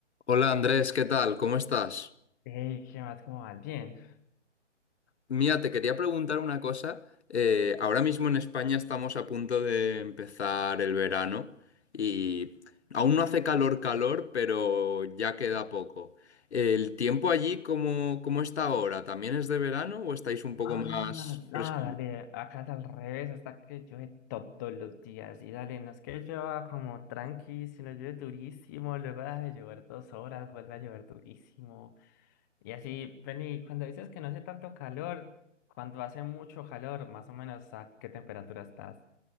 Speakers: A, on the left (about 65°); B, on the left (about 15°).
A: Hola Andrés, ¿qué tal? ¿Cómo estás?
B: Hey, ¿qué más? ¿Cómo vas? Bien.
A: Mira, te quería preguntar una cosa. Eh, ahora mismo en España estamos a punto de empezar el verano y aún no hace calor, calor, pero ya queda poco. ¿El tiempo allí cómo, cómo está ahora? ¿También es de verano o estáis un poco
B: Ah,
A: más
B: ah, dale,
A: frescos?
B: acá es al revés, hasta que llueve todos los días. Y dale, no es que llueva como tranqui, sino llueve durísimo, luego deja de llover dos horas, vuelve a llover durísimo. Y así, Penny, cuando dices que no hace tanto calor, cuando hace mucho calor, más o menos, ¿a qué temperatura estás?